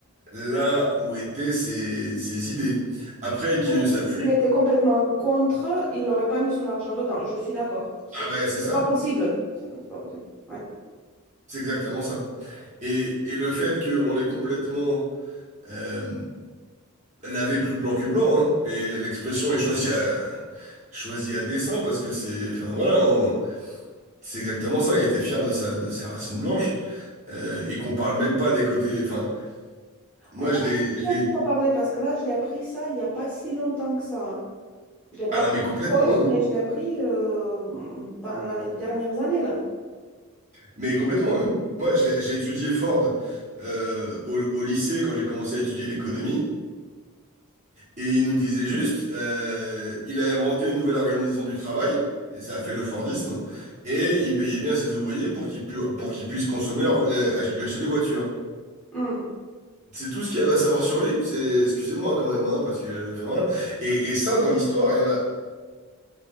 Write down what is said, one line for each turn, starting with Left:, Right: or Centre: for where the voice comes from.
Right: là où étaient ses, ses idées. Après que
Centre: Oui, si-
Right: ça pue,
Centre: s'il était complètement contre, il n'aurait pas mis son argent dedans. Je suis d'accord. C'est
Right: ah ben
Centre: c'est-
Right: c'est ça,
Centre: c'est pas possible. C'est c'est pas possible. Ouais.
Right: c'est exactement ça. Et, et le fait qu'on l'ait complètement euh, Laver plus blanc que blanc, hein. Et l'expression est choisie à, choisie à dessein parce que c'est, enfin voilà, on- c'est exactement ça. Il était fier de sa, de ses racines blanches euh, et qu'on parle même pas des côtés. Enfin, moi
Centre: On commence
Right: je l'ai, je
Centre: un
Right: l'ai,
Centre: peu à parler parce que là, je l'ai appris ça il n'y a pas si longtemps que ça. hein. Je ne l'ai pas
Right: ah
Centre: appris
Right: non, mais
Centre: à
Right: complètement,
Centre: l'école,
Right: hein.
Centre: mais je l'ai appris euh, ben, dans les dernières années, là.
Right: mais complètement. Moi, je l'ai- j'ai étudié Ford euh, au, au lycée quand j'ai commencé à étudier l'économie. Et il nous disait juste, euh, il a inventé une nouvelle organisation du travail, et ça a fait le Fordisme, et il payait bien ses ouvriers pour qu'ils pu- pour qu'ils puissent consommer leur, euh, ach- lui acheter des voitures.
Centre: Hmm.
Right: C'est tout ce qu'il y avait à savoir sur lui. C'est, excusez-moi quand même, hein, parce que, enfin voilà. Et, et ça, dans l'histoire, il y en a